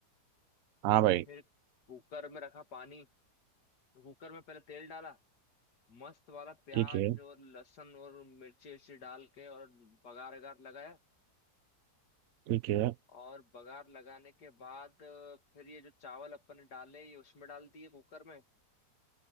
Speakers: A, on the right (about 65°); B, on the left (about 75°).
A: हाँ भाई
B: फिर कुकर में रखा पानी कुकर में पहले तेल डाला मस्त वाला प्याज
A: ठीक है
B: और लहसुन और मिर्ची उर्ची डाल के और बघार अगार लगाया
A: ठीक है
B: और बघार लगाने के बाद अ, फिर ये जो चावल अपन ने डाले ये उसमें डाल दिए कुकर में